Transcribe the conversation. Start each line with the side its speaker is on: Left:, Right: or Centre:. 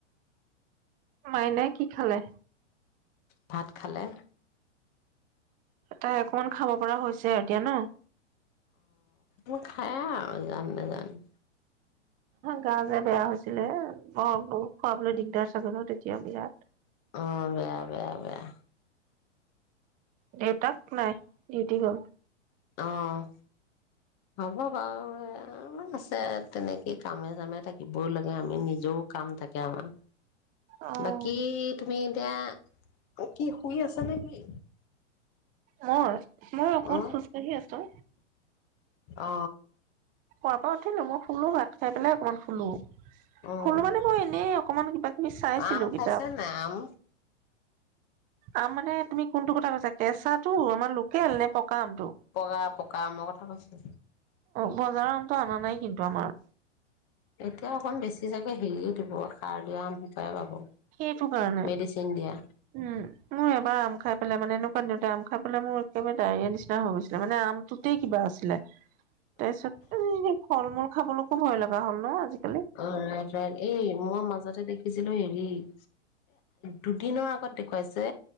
Right: মাইনাই কি খালে
Left: ভাত খালে
Right: তাই অকমান খাব পৰা হৈছে এতিয়া ন
Left: অ খাই আৰু জান নেজান
Right: গা যে বেয়া হৈছিলে বৰ খুৱাবলৈ দিগদাৰ চাগৈ তেতিয়া বিৰাট
Left: অ বেয়া বেয়া বেয়া
Right: দেউতাক নাই দিউটি গল
Left: অঁ হ'ব বাৰু আছে তেনেকেই কামে চামে থাকিবওঁ লাগে আমি নিজেও কাম থাকে আমাৰ
Right: অ',
Left: বাকী তুমি এতিয়া কি শুই আছ নে কি
Right: মৰ মই অকমান
Left: উম,
Right: খোজকাঢ়ি আছো
Left: অ
Right: শুৱাৰপৰা উঠিলো মুখ ধোলো ভাত খাই পেলাই অকনমান শুলো
Left: অ',
Right: হ'লো মানে মই এনেই অকমান কিবা কিবি চাইছিলো
Left: আম
Right: কিতাপ।
Left: খাইছে নাই আম
Right: আম মানে তুমি কোনটো কথা কৈছা কেঁচাটো আমাৰ লোকেল নে পকা আমটো
Left: পকা পকা মই কথা কৈছো
Right: বজাৰৰ আমটো অনা নাই কিন্তু আমাৰ
Left: এতিয়া অকণ বেছি জাগে হেৰিয়ে দিব সাৰ দিয়া আম সোপাই পাব
Right: সেইটো কাৰণে
Left: মেডিচিন দিয়া
Right: উম মোৰ এবাৰ আম খাই পেলাই মানে এনেকুৱা আম খাবলৈ মোৰ একেবাৰে ডায়েৰীয়া নিচিনা হৈ গৈছিলে মানে আমটোতেই কিবা আছিলে তাৰপিছত <unintelligible> ফল মূল খাবলৈ খুব ভয় লগা হ'ল ন আজি
Left: অ ৰাইট ৰাইট এই মই মাজতে দেখিছিলো হেৰি এ দুদিনৰ আ কত দেখুৱাইছে